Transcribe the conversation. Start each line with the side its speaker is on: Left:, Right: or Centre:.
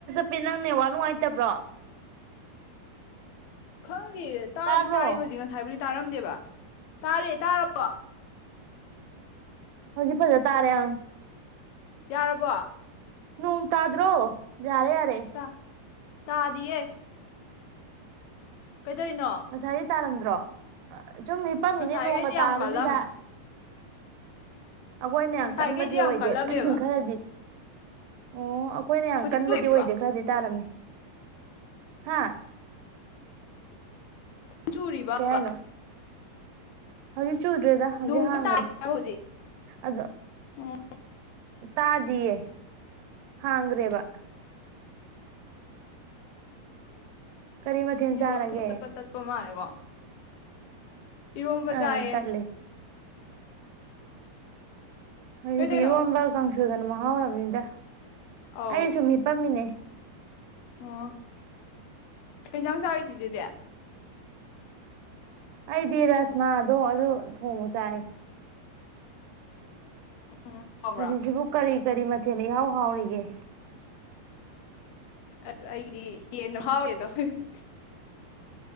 Right: ꯍꯥꯏ ꯅꯪ ꯅꯦꯠꯋꯥꯛ ꯅꯨꯡꯉꯥꯏꯇꯕ꯭ꯔꯣ
Left: <inaudible> ꯗꯤ ꯇꯥꯗꯤ
Right: ꯇꯥꯕ꯭ꯔꯣ
Left: ꯇꯥꯏ ꯍꯧꯖꯤꯛ ꯉꯁꯥꯏꯕꯨꯗꯤ ꯇꯥꯔꯝꯗꯦꯕ ꯇꯥꯔꯦ ꯇꯥꯔꯕꯣ
Right: ꯍꯧꯖꯤꯛ ꯐꯖ ꯇꯥꯔꯦ
Left: ꯌꯥꯔꯕꯣ
Right: ꯅꯣꯡ ꯇꯗ꯭ꯔꯣ ꯌꯥꯔꯦ ꯌꯥꯔꯦ
Left: ꯇꯥ ꯇꯥꯗꯤꯌꯦ ꯀꯩꯗꯧꯔꯤꯅꯣ
Right: ꯉꯁꯥꯏꯗꯤ ꯇꯔꯝꯗ꯭ꯔꯣ ꯁꯨꯝ ꯍꯤꯄꯝ ꯃꯤꯅꯤ
Left: ꯉꯁꯥꯏꯈꯩꯗꯤ
Right: ꯅꯣꯡꯒ
Left: ꯌꯥꯝ
Right: ꯇꯥꯕꯁꯤꯗ
Left: ꯀꯜꯂꯝꯃꯦ
Right: ꯑꯩꯈꯣꯏꯅ
Left: ꯉꯁꯥꯏꯈꯩꯗꯤ
Right: ꯌꯥꯝ ꯀꯟꯕꯗꯤ
Left: ꯌꯥꯝ
Right: ꯑꯣꯏꯗꯦ
Left: ꯀꯜꯂꯝꯃꯦꯕ
Right: ꯈꯔꯗꯤ ꯑꯣ ꯑꯩꯈꯣꯏꯅ ꯌꯥꯝ
Left: ꯍꯧꯖꯤꯛ
Right: ꯀꯟꯕꯗꯤ
Left: ꯆꯨꯔꯤꯕ
Right: ꯑꯣꯏꯗꯦ ꯈꯔꯗꯤ ꯇꯥꯔꯝꯃꯤ <inaudible> ꯍꯥꯥ
Left: ꯆꯨꯔꯤ ꯕ ꯕ
Right: ꯍꯥꯏꯅꯣ <unintelligible>
Left: <unintelligible>
Right: ꯍꯧꯖꯤꯛ ꯍꯥꯡꯈ꯭ꯔꯦ ꯑꯗꯣ
Left: ꯎꯝ
Right: ꯇꯥꯗꯤꯌꯦ ꯍꯥꯡꯒꯔꯦꯕ ꯀꯔꯤ ꯃꯊꯦꯜ
Left: ꯅꯦꯠꯋꯥꯛ
Right: ꯆꯥꯔꯒꯦ
Left: ꯄꯠ ꯇꯠꯄ ꯃꯥꯜꯂꯦꯀꯣ ꯏꯔꯣꯝꯕ
Right: ꯑꯥ
Left: ꯆꯥꯌꯦ
Right: ꯇꯠꯂꯦ ꯍꯎꯖꯤꯛꯇꯤ
Left: ꯀꯩꯗꯧꯔꯤꯅꯣ
Right: ꯏꯔꯣꯝꯕꯥ ꯀꯥꯡ ꯏꯒꯅ ꯃꯍꯥꯎꯔꯕꯅꯤꯗ
Left: ꯑꯧ
Right: ꯑꯩ ꯁꯨꯝ ꯍꯤꯞꯄꯝꯃꯤꯅꯦ
Left: ꯑꯣ ꯀꯩ ꯑꯦꯟꯖꯥꯡ ꯆꯔꯒꯦ ꯆꯦꯆꯦꯗꯤ
Right: ꯑꯩꯗꯤ ꯔꯁꯃꯥꯗꯣ ꯑꯗꯨ ꯊꯣꯡꯕ ꯆꯥꯏ
Left: ꯎꯝ ꯍꯥꯎꯕ꯭ꯔꯣ
Right: ꯍꯧꯖꯤꯛ ꯁꯤꯕꯨ ꯀꯔꯤ ꯀꯔꯤ ꯃꯊꯦꯟꯅ ꯏꯍꯎ ꯍꯥꯎꯔꯤꯒꯦ
Left: ꯑꯁ ꯑꯩꯗꯤ ꯌꯦꯟꯅ ꯍꯥꯎꯋꯦꯗꯣ <unintelligible>